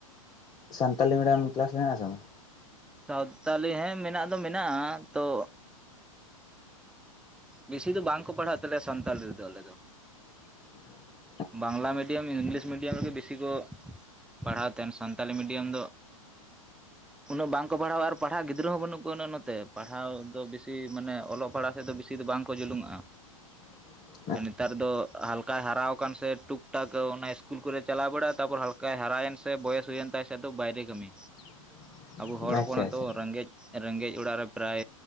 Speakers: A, on the left (about 20°); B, in the centre.
A: ᱥᱟᱱᱛᱟᱞᱤ ᱢᱤᱰᱤᱭᱟᱢ ᱠᱮᱞᱟᱥ ᱢᱮᱱᱟᱜ-ᱟ ᱥᱮ ᱵᱟᱝ?
B: ᱥᱟᱣᱛᱟᱞᱤ ᱦᱮᱸ ᱢᱮᱱᱟᱜ ᱫᱚ ᱢᱮᱱᱟᱜ-ᱟ ᱛᱚ ᱵᱮᱥᱤ ᱫᱚ ᱵᱟᱝ ᱠᱚ ᱯᱟᱲᱦᱟᱜ ᱛᱟᱞᱮᱭᱟ ᱥᱟᱱᱛᱟᱞᱤ ᱨᱮ ᱫᱚ ᱟᱞᱮ ᱫᱚ᱾
A: <inaudible>
B: ᱵᱟᱝᱞᱟ ᱢᱤᱰᱤᱭᱟᱢ, ᱤᱝᱞᱤᱥ ᱢᱤᱰᱤᱭᱟᱢ ᱨᱮᱜᱮ ᱵᱤᱥᱤ ᱠᱚ ᱯᱟᱲᱦᱟᱣ ᱛᱟᱦᱮᱱ᱾ᱥᱟᱱᱛᱟᱞᱤ ᱢᱤᱰᱤᱭᱟᱢ ᱫᱚ ᱩᱱᱟᱹᱜ ᱵᱟᱝ ᱵᱟ ᱠᱚ ᱯᱟᱲᱦᱟᱣᱟ ᱟᱨ ᱯᱟᱲᱦᱟᱜ ᱜᱤᱫᱽᱨᱟᱹ ᱦᱚᱸ ᱵᱟᱹᱱᱩᱜ ᱠᱚᱣᱟ ᱩᱱᱟᱹᱜ ᱱᱚᱛᱮ᱾ ᱯᱟᱲᱦᱟᱣ ᱫᱚ ᱵᱤᱥᱤ ᱢᱟᱱᱮ ᱚᱞᱚᱜ ᱯᱟᱲᱦᱟᱜ ᱥᱮᱫ ᱫᱚ ᱵᱤᱥᱤ ᱫᱚ ᱵᱟᱝ ᱠᱚ ᱡᱩᱞᱩᱝᱟᱜ-ᱟ᱾
A: <inaudible>
B: ᱱᱮᱛᱟᱨ ᱫᱚ ᱦᱟᱞ ᱦᱟᱞᱠᱟᱭ ᱦᱟᱨᱟᱣ ᱠᱟᱱ ᱥᱮ ᱴᱩᱠ ᱴᱟᱠ ᱚᱱᱟ ᱤᱥᱠᱩᱞ ᱠᱚᱨᱮᱭ ᱪᱟᱞᱟᱣ ᱵᱟᱲᱟᱜ-ᱟ᱾ ᱛᱟᱯᱚᱨ ᱦᱟᱞᱠᱟᱭ ᱦᱟᱨᱟᱭᱮᱱ ᱥᱮ ᱵᱚᱭᱮᱥ ᱦᱩᱭᱮᱱ ᱛᱟᱭ ᱵᱟ ᱠᱷᱟᱡ ᱫᱚ ᱵᱟᱭᱨᱮ ᱠᱟᱹᱢᱤ᱾
A: <inaudible>
B: ᱟᱵᱚ ᱦᱚᱲ
A: ᱟᱪᱪᱷᱟ
B: ᱦᱚᱯᱚᱱᱟᱜ
A: ᱟᱪᱪᱷᱟ
B: ᱛᱚ ᱨᱮᱸᱜᱮᱡ, ᱨᱮᱸᱜᱮᱡ ᱚᱲᱟᱜ ᱨᱮ ᱯᱨᱟᱭ